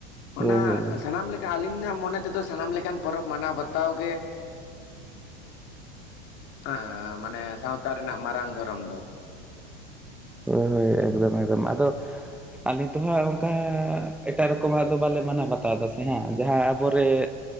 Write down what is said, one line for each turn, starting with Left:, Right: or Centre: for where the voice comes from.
Centre: ᱦᱳᱭ
Left: ᱚᱱᱟ ᱥᱟᱱᱟᱢ ᱞᱮᱠᱟ ᱟᱹᱞᱤᱧᱟᱜ ᱢᱚᱱᱮ ᱛᱮᱫᱚ ᱥᱟᱱᱟᱢ ᱞᱮᱠᱟᱱ ᱯᱚᱨᱚᱵᱽ ᱢᱟᱱᱟᱣ ᱵᱟᱛᱟ <unintelligible> ᱦᱮᱸ ᱢᱟᱱᱮ ᱥᱟᱶᱛᱟ ᱨᱮᱱᱟᱜ ᱢᱟᱨᱟᱝ ᱫᱷᱚᱨᱚᱢ ᱫᱚ
Centre: ᱦᱳᱭ ᱦᱳᱭ ᱮᱠᱫᱚᱢ ᱮᱠᱫᱚᱢ ᱟᱫᱚ ᱟᱞᱮ ᱛᱚ ᱦᱟᱸᱜ ᱚᱱᱠᱟ ᱮᱴᱟᱜ ᱨᱚᱠᱚᱢᱟᱜ ᱫᱚ ᱵᱟᱞᱮ ᱢᱟᱱᱟᱣ ᱵᱟᱛᱟᱣ ᱫᱟ ᱥᱮ ᱦᱟᱸᱜ ᱡᱟᱦᱟᱸ ᱟᱵᱚ ᱨᱮ